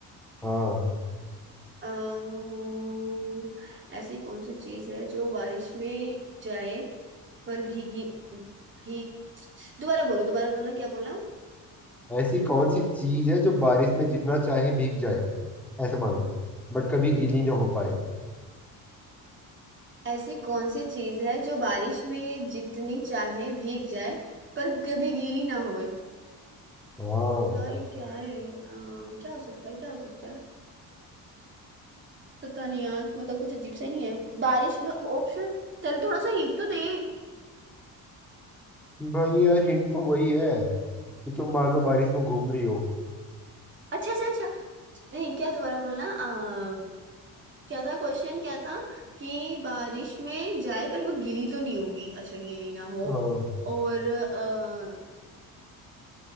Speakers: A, in the centre; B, on the right.
A: हाँ
B: अम्म, ऐसी कौन सी चीज है जो बारिश में जाए पर भीगी भीग दोबारा बोलो दोबारा बोलना क्या बोला
A: ऐसी कौन सी चीज है जो बारिश में जितना चाहे भीग जाए ऐसे मान लो बट कभी गीली ना हो पाए
B: ऐसी कौन सी चीज है जो बारिश में जितनी चाहे भीग जाए पर कभी गीली ना होए
A: हाँ
B: यार ये क्या है आ, क्या हो सकता है क्या हो सकता है पता नहीं यार मतलब कुछ अजीब सा ही नहीं है बारिश में ऑप्शन चल थोड़ा सा हिंट तो दे
A: भाई यार हिंट तो वही है कि तुम मान लो बारिश में घूम रही हो
B: अच्छा अच्छा अच्छा नहीं क्या दोबारा बोलना आ, क्या था क्वेश्चन क्या था कि बारिश में जाए पर वो गीली तो नहीं होगी अच्छा गीली ना हो
A: हाँ
B: और आ,